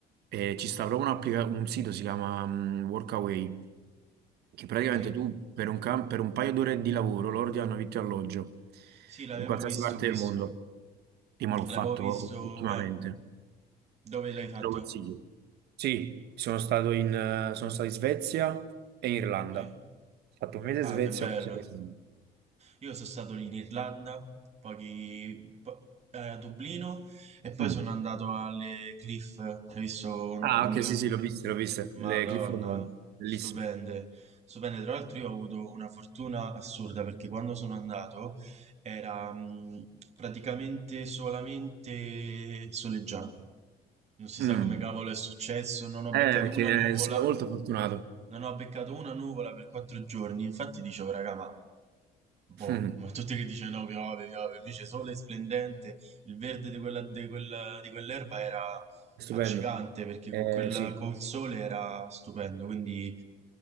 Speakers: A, on the right; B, on the right.
A: E ci sta proprio un'applica- un sito, si chiama mm, Workaway, che praticamente
B: Ok.
A: tu per un, cam- per un paio d'ore di lavoro loro ti hanno vitto e alloggio
B: Sì, l'avevo
A: in qualsiasi
B: visto
A: parte
B: questo.
A: del mondo. Io me l'ho
B: L'avevo
A: fatto
B: visto,
A: ultimamente.
B: eh, dove l'hai fatto?
A: Te lo consiglio. Sì, sono stato in, eh, sono stato in Svezia e in Irlanda.
B: Ok.
A: Ho fatto un mese
B: Ah,
A: in Svezia
B: che bello.
A: e un mese in Irlanda.
B: Io sono stato lì in Irlanda, pochi, po- eh, a Dublino e poi
A: Dove?
B: sono andato alle Cliff, hai visto? Non
A: Ah,
B: mi
A: ok,
B: ricordo.
A: sì, sì, l'ho viste, l'ho viste.
B: Madonna,
A: Le Clifford Model, bellissimo.
B: stupende. Stupende, tra l'altro io ho avuto una fortuna assurda perché quando sono andato era mm, praticamente solamente soleggiato. Non si
A: Mm.
B: sa come cavolo è successo, non ho
A: Eh,
B: beccato
A: che
B: una nuvola,
A: è stato molto fortunato.
B: non ho beccato una nuvola per quattro giorni. Infatti dicevo, raga, ma boh,
A: Mm.
B: ma tutti che dicono "No, piove, piove, invece sole splendente, il verde di quella, di quella- di quell'erba era
A: Stupendo.
B: accecante perché
A: Eh,
B: con quel,
A: sì.
B: col sole era stupendo, quindi,